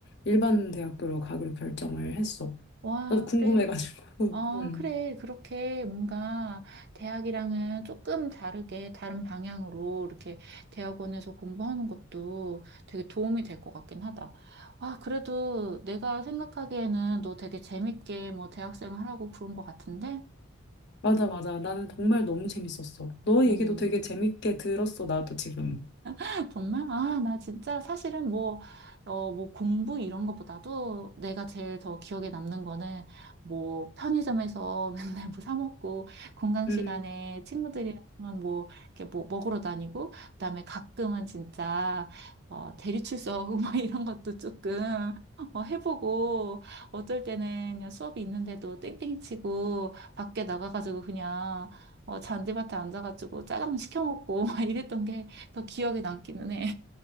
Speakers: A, on the left; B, on the right.
A: 일반 대학교로 가기로 결정을 했어.
B: 와,
A: 나도 궁금해가지고.
B: 그래.
A: <laughs>
B: 어,
A: 음.
B: 그래. 그렇게 뭔가 대학이랑은 조금 다르게 다른 방향으로 이렇게 대학원에서 공부하는 것도 되게 도움이 될 것 같긴 하다. 아, 그래도 내가 생각하기에는 너 되게 재밌게 뭐 대학생활 하고 그런 것 같은데?
A: 맞아, 맞아. 나는 정말 너무 재밌었어. 너 얘기도
B: 음.
A: 되게 재밌게 들었어, 나도 지금.
B: <laughs> 정말? 아, 나 진짜 사실은 뭐, 어, 뭐 공부 이런 것보다도 내가 제일 더 기억에 남는 거는 뭐 편의점에서 <laughs> 맨날 뭐 사 먹고 공강
A: 음,
B: 시간에 친구들이랑 뭐 이렇게 뭐 먹으러 다니고 그다음에 가끔은 진짜 어, 대리출석 <laughs> 뭐 이런 것도 조금 어, 해보고 어쩔 때는 그냥 수업이 있는데도 땡땡이 치고 밖에 나가가지고 그냥 어, 잔디밭에 앉아가지고 짜장 시켜 먹고 <laughs> 막 이랬던 게 더 기억에 남기는 해.